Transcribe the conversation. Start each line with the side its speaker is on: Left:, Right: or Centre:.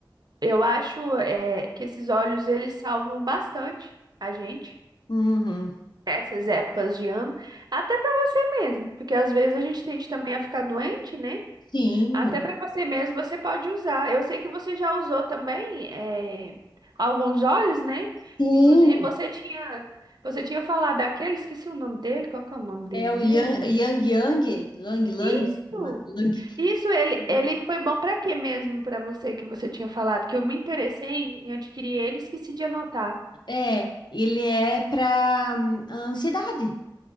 Right: eu acho é, que esses óleos eles salvam bastante a gente
Left: Uhum.
Right: nessas épocas de ano, até pra você mesmo, porque às vezes a gente tende também a ficar doente, né?
Left: Sim,
Right: Até
Left: é.
Right: para você mesmo você pode usar. Eu sei que você já usou também é, alguns óleos, né?
Left: sim.
Right: Inclusive você tinha você tinha falado daquele, esqueci o nome dele, qual que é o nome dele
Left: É o
Right: mesmo?
Left: Yang Yang, Yang, Lang Lang,
Right: Isso.
Left: Lang. Lang.
Right: Isso ele
Left: Nossa.
Right: ele foi bom para quê mesmo para você que você tinha falado que eu me interessei em, em adquirir ele, e esqueci de anotar.
Left: É, ele é para ansiedade.